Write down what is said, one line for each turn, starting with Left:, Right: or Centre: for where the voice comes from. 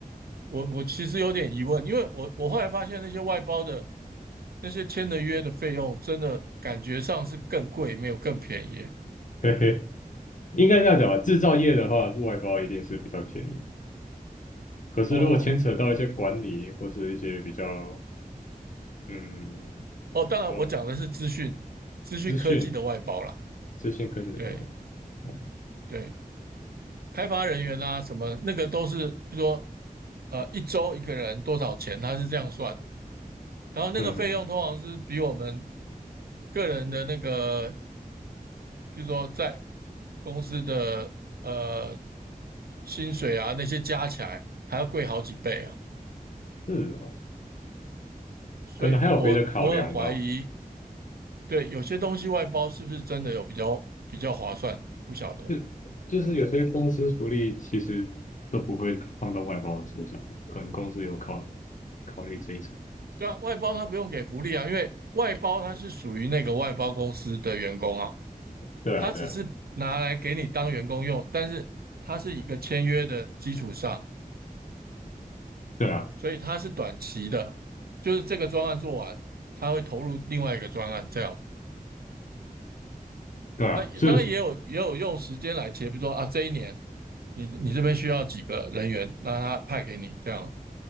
Right: 我我其实有点疑问，因为我我后来发现那些外包的那些签的约的费用，真的感觉上是更贵，没有更便宜。
Left: 嘿嘿，应该这样讲吧。制造业的话，外包一定是比较便宜。可是如果牵扯到一些管理或是一些比较
Right: 哦
Left: 嗯
Right: 哦，当然我讲的是资讯资讯科技的外包啦，
Left: 呃资讯资讯科技的外包，
Right: 对
Left: 嗯
Right: 对，开发人员啦、什么那个都是，比如说呃一周一个人多少钱，他是这样算。然后那个费用通常是比我们
Left: 嗯嗯，
Right: 个人的那个，比如说在公司的呃薪水啊那些加起来还要贵好几倍啊，
Left: 是哦，
Right: 所以我我很怀疑，
Left: 可能还有别的考量吧。
Right: 对，有些东西外包是不是真的有比较比较划算，不晓得。
Left: 就就是有些公司福利其实都不会放到外包的身上，可能公司有考考虑这一层。
Right: 对啊，外包他不用给福利啊，因为外包他是属于那个外包公司的员工啊，
Left: 对啊，
Right: 他只是拿来给你当员工用，
Left: 对啊，
Right: 但是他是一个签约的基础上。
Left: 对啊，
Right: 所以它是短期的，就是这个专案做完，他会投入另外一个专案这样。
Left: 对啊，
Right: 那当然也有也有用时间来切，
Left: 这
Right: 比如说啊这一年你你这边需要几个人员，那他派给你这样。